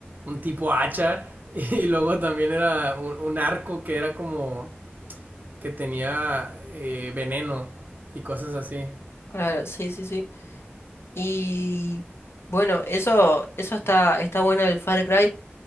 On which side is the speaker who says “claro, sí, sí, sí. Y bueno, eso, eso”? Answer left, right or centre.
Left